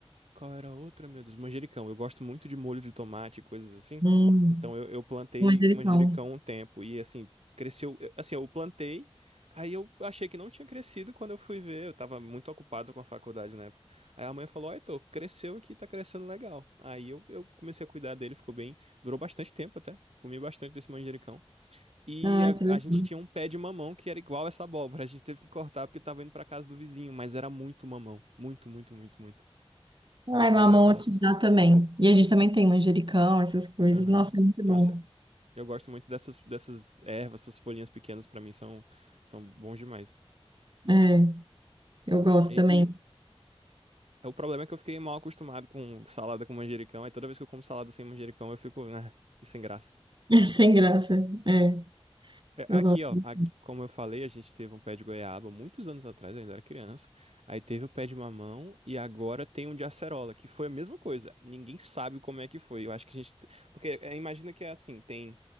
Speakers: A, on the right; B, on the right.
A: Qual era a outra, meu Deus? Manjericão. Eu gosto muito de molho de tomate e coisas assim.
B: Hum,
A: Então eu, eu plantei
B: manjericão.
A: manjericão um tempo e assim, cresceu. eh, Assim, eu plantei, aí eu achei que não tinha crescido quando eu fui ver. Eu tava muito ocupado com a faculdade na época. Aí a mãe falou: Ó, Heitor, cresceu aqui, tá crescendo legal. Aí eu, eu comecei a cuidar dele, ficou bem. Durou bastante tempo até. Comi bastante desse manjericão. E
B: Ai,
A: a,
B: que legal.
A: a gente tinha um pé de mamão que era igual essa abóbora. A gente teve que cortar porque tava indo pra casa do vizinho, mas era muito mamão. Muito, muito, muito, muito.
B: Ai,
A: Era,
B: mamão
A: a
B: aqui
A: gente
B: dá também. E a gente também tem manjericão, essas coisas.
A: Aham.
B: Nossa, é muito
A: Nossa,
B: bom.
A: eu gosto muito dessas, dessas ervas, essas folhinhas pequenas pra mim são, são bons demais.
B: É, eu gosto
A: E,
B: também.
A: e o problema é que eu fiquei mal acostumado com salada com manjericão, aí toda vez que eu como salada sem manjericão eu fico, ah, que sem graça.
B: <laughs> Sem graça. É,
A: É,
B: eu
A: Aqui,
B: gosto.
A: ó,
B: disso.
A: aqui, como eu falei, a gente teve um pé de goiaba muitos anos atrás, eu ainda era criança. Aí teve o pé de mamão e agora tem um de acerola, que foi a mesma coisa. Ninguém sabe como é que foi. Eu acho que a gente. te- Porque é, imagina que é assim, tem.